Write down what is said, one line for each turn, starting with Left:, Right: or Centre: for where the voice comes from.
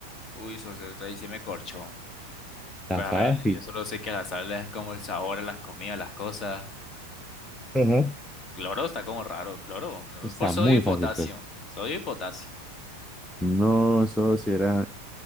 Left: uy, socio, usted ahí sí me corchó.
Centre: Está
Left: Pues,
Centre: fácil.
Left: ay, yo solo sé que la sal es como el sabor a las comidas, las cosas.
Centre: Ujú.
Left: Cloro está como raro, cloro. mm,
Centre: Está
Left: Por sodio
Centre: muy
Left: y potasio.
Centre: fácil, creo.
Left: Sodio y potasio.
Centre: No, eso sí era